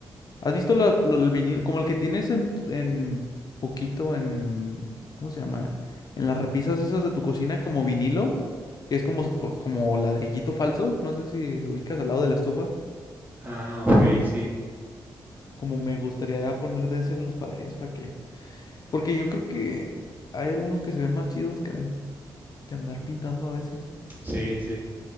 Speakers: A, on the left; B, on the right.
A: ¿Has visto la- lo- el vinil? Como el que tienes en, en poquito en... ¿Cómo se llama? En las repisas esas de tu cocina como vinilo, que es como, si fu- como ladrillito falso. No sé si ubicas al lado de la estufa.
B: Ah, ok, sí,
A: Como me gustaría poner de ese en las paredes para que... Porque yo creo que hay algunos que se ven más chidos que, que andar pintando a veces.
B: sí, sí,